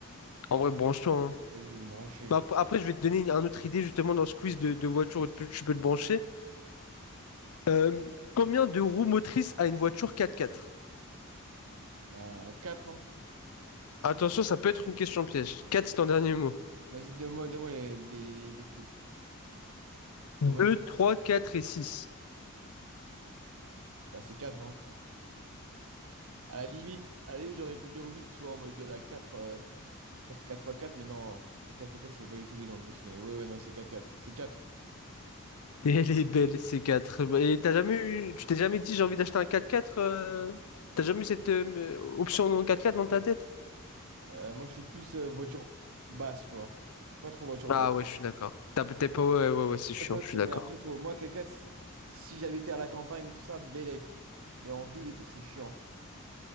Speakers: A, on the left; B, on the right.
A: En vrai, branche-toi, hein.
B: Vas-y, je vais me brancher.
A: Bah, ap- après, je vais te donner une- un autre idée justement dans ce quiz de, de voiture où tu tu peux te brancher. Euh, combien de roues motrices a une voiture 4x4?
B: Bah, quatre ans.
A: Attention, ça peut être une question piège. 4, c'est ton dernier mot.
B: Vas-y, donne-moi, donne-moi les, des- des trucs.
A: 2,
B: Donne-moi les-
A: 3, 4 et 6.
B: Bah, c'est 4 ans. À la limite, à la limite, j'aurais pu dire 8, tu vois, en mode il y en a 4. euh, je crois que c'est quatre fois quatre, mais non. quatre fois 4 ça fait pas du tout huit en plus. Mais ouais, ouais, non, c'est 4 4, C'est quatre.
A: Et elle est belle, ces 4. Et t'as jamais eu, tu t'es jamais dit j'ai envie d'acheter un 4x4 euh, T'as
B: Euh,
A: jamais eu cette euh, option en 4x4 dans ta tête?
B: euh, moi, je suis plus euh, voiture basse, tu vois. Je suis pas trop voiture
A: Ah
B: haute.
A: ouais, je suis d'accord. T'as peut-être pas. Ouais, ouais, ouais, c'est chiant,
B: Peut-être,
A: je suis d'accord.
B: mais après, faut... moi, 4 4, si si j'habitais à la campagne et tout ça, bellec. Mais en ville et tout, c'est chiant.